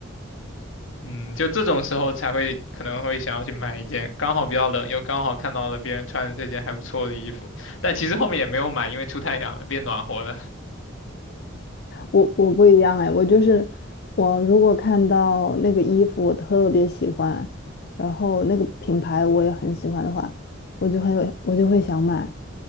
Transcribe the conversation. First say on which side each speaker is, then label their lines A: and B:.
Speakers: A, on the left; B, on the left.
A: 嗯，就这种时候才会可能会想要去买一件，刚好比较冷，又刚好看到了别人穿的这件还不错的衣服，但其实后面也没有买，因为出太阳了，变暖和了。
B: 我我不一样哎，我就是我如果看到那个衣服我特别喜欢，然后那个品牌我也很喜欢的话，我就很有我就会想买。